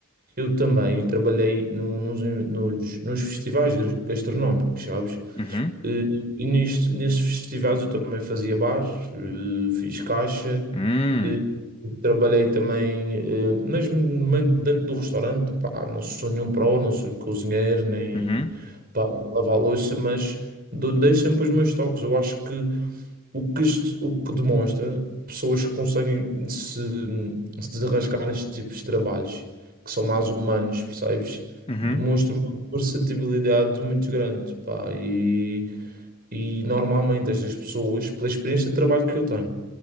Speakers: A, on the right; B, on the left.
A: eu também trabalhei no- nos, nos, nos festivais gas- gastronómicos, sabes?
B: Uhum.
A: E, e nisto, nesses festivais eu também fazia bar, eh, fiz caixa,
B: Hum.
A: Eh, Trabalhei também, eh, mesmo me- dentro do restaurante, pá, não sou nenhum pró, não sou cozinheiro, nem
B: Uhum.
A: pá, não lavo a louça, mas dou- dei sempre os meus toques. Eu acho que o que, este- o que demonstra pessoas que conseguem se, se desenrascar nestes tipos de trabalhos, que são mais humanos, percebes?
B: Uhum.
A: Demonstra uma versatilidade muito grande, pá, e, e normalmente estas pessoas, pela experiência de trabalho que eu tenho.